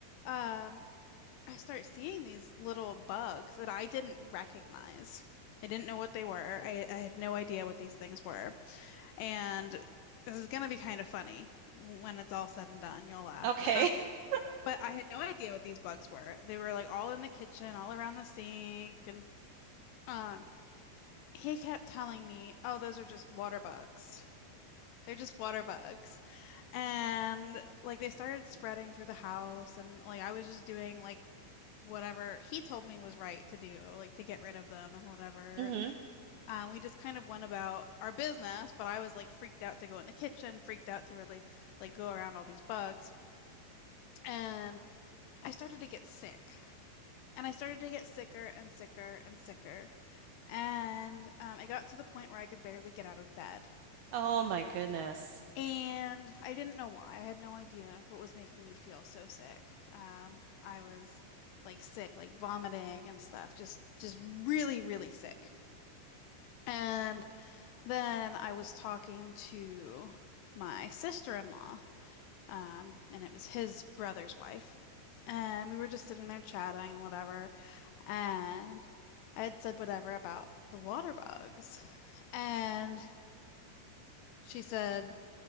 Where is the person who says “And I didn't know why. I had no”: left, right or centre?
Left